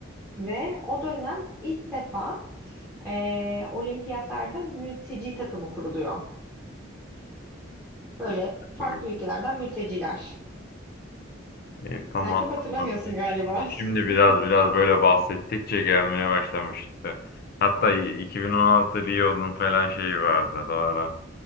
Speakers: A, in the centre; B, on the left.
A: ve o dönem ilk defa e, olimpiyatlarda mülteci takımı kuruluyor böyle
B: Hiç çıkmadı.
A: farklı ülkelerden mülteciler
B: E, tamam
A: sen çok hatırlamıyorsun
B: tamam. Şimdi,
A: galiba.
B: şimdi şimdi
A: <laughs>
B: biraz biraz böyle bahsettikçe gelmeye başlamıştı. Hatta 2016 Rio'nun falan şeyi vardı. Doğru.